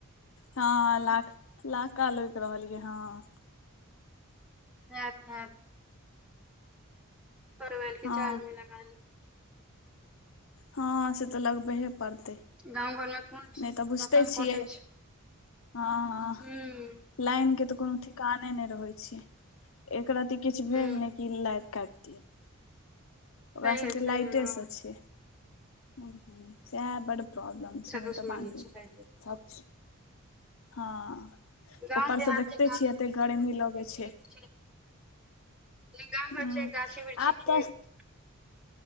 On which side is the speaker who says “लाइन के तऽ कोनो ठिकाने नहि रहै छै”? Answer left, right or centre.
Left